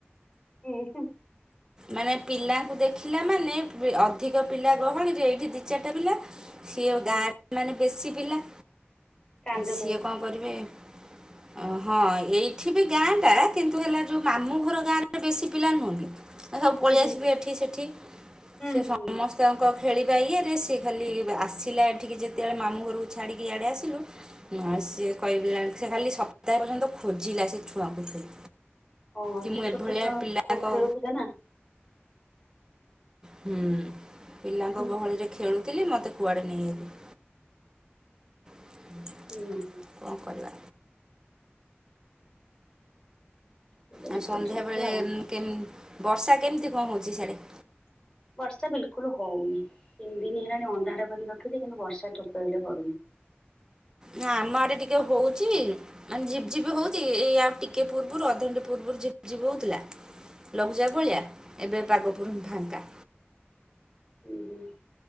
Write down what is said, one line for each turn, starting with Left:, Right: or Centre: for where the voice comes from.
Left: ଉଁ ହୁଁ
Right: ମାନେ ପିଲାଙ୍କୁ ଦେଖିଲା ମାନେ, ଅଧିକ ପିଲା ଗହଳିରେ, ଏଇଠି ଦି ଚାରିଟା ପିଲା ସିଏ
Left: ହୁଁ
Right: ଗାଁରେ ମାନେ ବେଶୀ ପିଲା,
Left: କାନ୍ଦୁଥିବେ
Right: ସିଏ କଣ କରିବେ ଓ ହଁ, ଏଇଠି ବି ଗାଁ ଟା କିନ୍ତୁ ହେଲା ଯୋଉ ମାମୁଁ ଘର ଗାଁରେ ବେଶୀ ପିଲା ନୁହଁ କି ଏ ସବୁ ପଳେଇ
Left: ହୁଁ ହୁଁ
Right: ଆସିବେ ଏଠି ସେଠି,
Left: ହୁଁ
Right: ସେ ସମସ୍ତ୍ ତାଙ୍କ ଖେଳିବା ଇଏରେ, ସିଏ ଖାଲି ଆସିଲା ଏଠିକି ଯେତେବେଳେ ମାମୁଁ ଘରକୁ ଛାଡ଼ିକି ଇଆଡ଼େ ଆସିଲୁ ମା ସିଏ କହିଦେଲାଣି, ସେ ଖାଲି ସପ୍ତାର ଯାକ ଖୋଜିଲା ସେ ଛୁଆକୁ ଖାଲି।
Left: ହଁ
Right: କି
Left: ସେ
Right: ମୁଁ
Left: ଛୋଟ
Right: ଏଭଳିଆ
Left: ଛୁଆ
Right: ପିଲାଙ୍କ
Left: ଖୋ- ଖେଳୁଥିଲେ ନା
Right: ହୁଁ, ପିଲାଙ୍କ
Left: ହୁଁ
Right: ଗହଳିରେ ଖେଳୁଥିଲି, ମତେ କୁଆଡେ ନେଇଆଇଲେ? <unintelligible>
Left: ହୁଁ
Right: କଣ କରିବା?
Left: ସେ ସେଇଠି
Right: ଆଉ ସନ୍ଧ୍ୟାବେଳେ
Left: ଖୋଜୁଥିବେ ଆଉ
Right: ଉମ୍ କେମ୍, ବର୍ଷା କେମିତି କଣ ହଉଚି ସିଆଡେ?
Left: ବର୍ଷା ବିଲକୁଲ ହଉନି, ତିନି ଦିନି ହେଲାଣି ଅନ୍ଧାର କରିକି ରଖିଛି କିନ୍ତୁ ବର୍ଷା ଠୋପେ ହେଲେ ପଡୁନି।
Right: ନା ଆମ ଆଡେ ଟିକେ ହଉଚି ମାନେ ଝିପ୍ ଝିପ୍ ହଉଚି, ଏଇ ଆଉ ଟିକେ ପୂର୍ବରୁ ଅଧଘଣ୍ଟେ ପୂର୍ବରୁ ଝିପ୍ ଝିପ୍ ହଉଥିଲା। ଲଘୁଚାପ ଭଳିଆ, ଏବେ ପାଗ ପୁରା ଫାଙ୍କା।
Left: ଉଁ ହୁଁ